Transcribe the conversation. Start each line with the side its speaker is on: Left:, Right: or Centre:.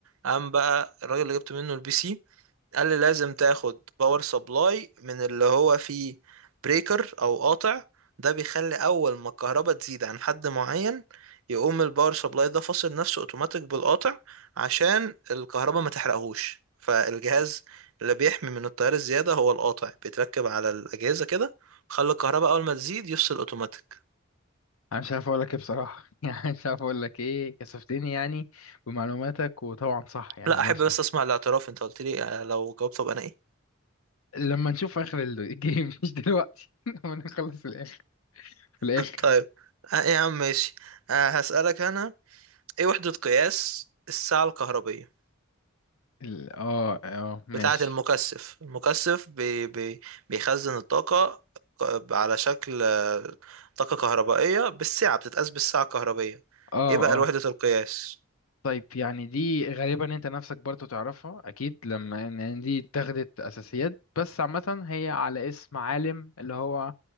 Right: قام بقى الراجل اللي جبت منه البي سي قال لي لازم تاخد باور سبلاي من اللي هو فيه بريكر او قاطع ده بيخلي اول ما الكهرباء تزيد عن حد معين يقوم الباور سبلاي ده فاصل نفسه اوتوماتيك بالقاطع عشان الكهرباء ما تحرقهوش فالجهاز اللي بيحمي من التيار الزيادة هو القاطع بيتركب على الأجهزة كده خلي الكهرباء أول ما تزيد يفصل أوتوماتيك
Left: انا مش عارف اقول لك ايه بصراحة <laughs> يعني مش عارف اقول لك ايه كسفتني يعني بمعلوماتك وطبعا صح يعني
Right: لا
Left: ولا
Right: أحب
Left: صح
Right: بس أسمع الاعتراف أنت قلت لي آه، لو جاوبت أبقى أنا إيه
Left: لما نشوف اخر ال- الجيم <laughs> مش دلوقتي <laughs> لما نخلص الاخر في الاخر
Right: طيب آه، يا عم ماشي آه، هسألك أنا ايه وحدة قياس الساعة الكهربية
Left: ال- اه اه ماشي
Right: بتاعة المكثف المكثف بي بي بيخزن الطاقة ك- على شكل آه، طاقة كهربائية بالساعة بتتقاس بالساعة الكهربية
Left: اه
Right: ايه بقى وحدة
Left: اه
Right: القياس
Left: طيب يعني دي غالبا انت نفسك برضو تعرفها اكيد لما ان إن دي اتخذت اساسيات بس عامة هي على اسم عالم اللي هو